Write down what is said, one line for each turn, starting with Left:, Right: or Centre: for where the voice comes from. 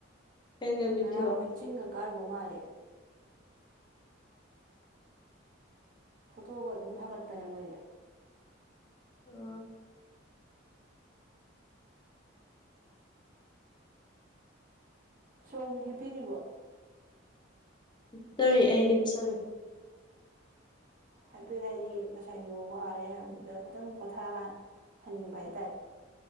Left: ꯀꯩ ꯀꯩ ꯕꯤꯗꯤꯑꯣ
Right: ꯉꯔꯥꯡ ꯃꯣꯏ ꯆꯤꯡꯒ ꯀꯥꯔꯨꯕ ꯃꯥꯜꯂꯦ ꯐꯣꯊꯣꯛꯑꯒ ꯑꯗꯨꯝ ꯊꯥꯒꯠꯄꯅꯦ ꯃꯣꯏꯁꯦ
Left: ꯑꯣ
Right: ꯁꯣꯝ ꯍꯦꯞꯄꯤꯔꯤꯕꯣ
Left: ꯍꯤꯞꯆꯔꯤ ꯑꯩ ꯍꯤꯞꯆꯔꯤ <unintelligible>
Right: ꯍꯥꯏꯐꯦꯠ ꯍꯥꯏꯗꯤ ꯉꯁꯥꯏꯁꯨ ꯋꯥꯔꯦ ꯍꯥꯏꯕꯗꯨꯗ ꯈꯤꯇꯪ ꯄꯣꯊꯥꯍꯟꯅꯤꯡꯕ ꯍꯥꯏꯇꯥꯔꯦ